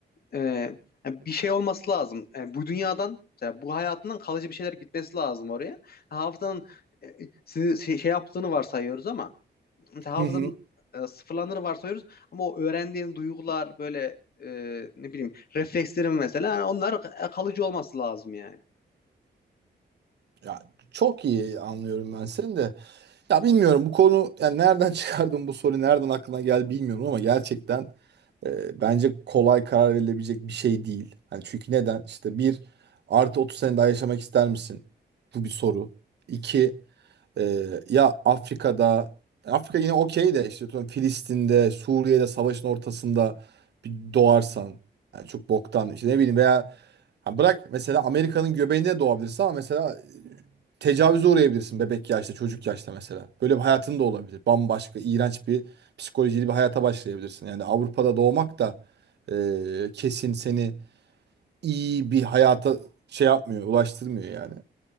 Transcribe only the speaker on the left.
e, yani bir şey olması lazım. Yani bu dünyadan, mesela bu hayatından kalıcı bir şeyler gitmesi lazım oraya. Hafızanın e, sizi şey, şey yaptığını varsayıyoruz ama mesela hafızanın
e, sıfırlandığını varsayıyoruz ama o öğrendiğin duygular böyle e, ne bileyim reflekslerim mesela yani onlar kalıcı olması lazım yani.